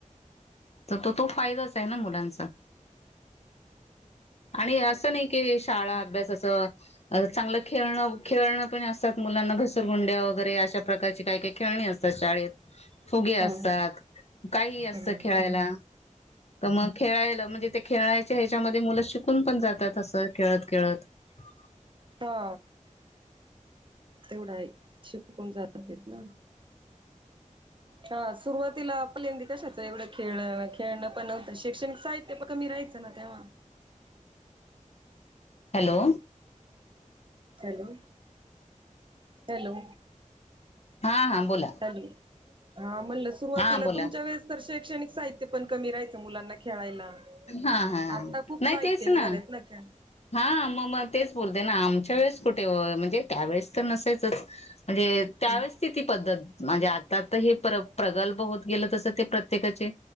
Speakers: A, on the left; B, on the right.
A: तर तो तो फायदाच आहे ना मुलांचा. आणि असं नाही की शाळा अभ्यास असं चांगलं खेळणं खेळणं पण असतात मुलांना घसरगुंड्या वगैरे अशा प्रकारची काही काही खेळणी असतात शाळेत. फुगे असतात
B: हा हा.
A: काही असत
B: हम्म
A: खेळायला. तर मग खेळायला म्हणजे ते खेळायचे ह्याच्यामध्ये मुलं शिकून पण जातात असं खेळत खेळत. <inaudible>
B: हा. तेवढाई शिकूण जा तेत ना हा सुरुवातीला आपल्यांदी कशाच एवढं खेळ खेळणं पण नव्हतं शैक्षणिक साहित्य प कमी राहायचं ना तेव्हा.
A: हॅलो
B: हॅलो हॅलो
A: हा हा बोला
B: हॅलो हा म्हणल सुरुवातीला
A: हा बोला
B: तुमच्या वेळेस तर शैक्षणिक साहित्य पण कमी राहायचं मुलांना खेळायला.
A: हा हा
B: आता खूप
A: नाही
B: साहित्य
A: तेच
B: निघालेत
A: ना
B: खेळ
A: हा म म तेच बोलते ना आमच्या त्या वेळेस कुठे ओ म्हणजे त्यावेेळेस तर नसायचच म्हणजे त्यावेळेस
B: हम्
A: तीती पद्धत म्हणजे आता ता हे प्र प्रगल्भ होत गेलं तस ते प्रत्येकाचे